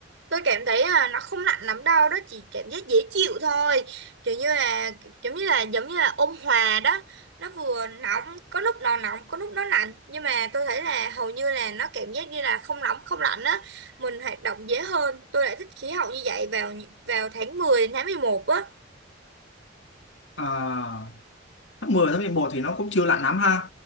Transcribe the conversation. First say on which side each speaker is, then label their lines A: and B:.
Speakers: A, on the right; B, on the left.
A: tôi cảm thấy là nó không nặng lắm đâu đó chỉ cảm giác dễ chịu thôi kiểu như là giống như là giống như là ôn hòa đó nó vừa nóng có lúc nó nóng có lúc nó lạnh nhưng mà tôi thấy là hầu như là nó cảm giác như là không nóng không lạnh á mình hoạt động dễ hơn tôi lại thích khí hậu như vậy vào vào tháng 10 đến tháng 11 á
B: à, tháng mười tháng 11 thì nó cũng chưa lạnh lắm ha